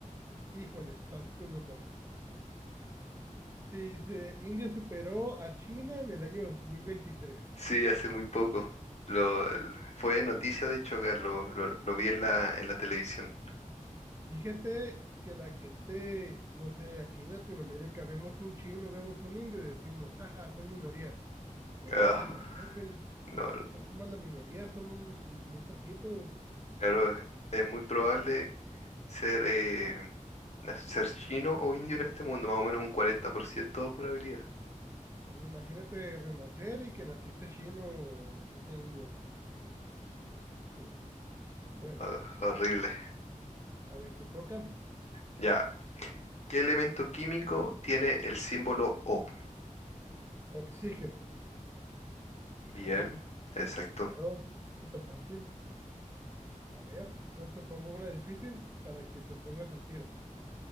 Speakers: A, on the right; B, on the left.
A: híjole, estás con lo correcto. Dice, India superó a China en el año 2023.
B: Sí, hace muy poco. Lo, fue noticia, de hecho, acá, lo, lo- lo vi en la, en la televisión.
A: Fíjate que la gente, no sé, aquí en Latinoamérica vemos un chino, vemos un indio y decimos, ajá, son minoría. Cuando
B: Ah,
A: es al revés, güey.
B: no,
A: Nosotros somos la minoría, somos muy poquitos.
B: claro, es muy probable ser, eh, na- ser chino o indio en este mundo, más o menos un 40% de probabilidad.
A: Sí, imagínate renacer y que naciste chino o naciste indio. Sí. Bueno,
B: Ah, horrible.
A: a ver, te toca.
B: Ya, ¿qué elemento químico tiene el símbolo O?
A: Oxígeno.
B: Bien,
A: ¿verdad?
B: exacto.
A: Claro, súper fácil. A ver, entonces te pongo una difícil para que te pongas al tiro.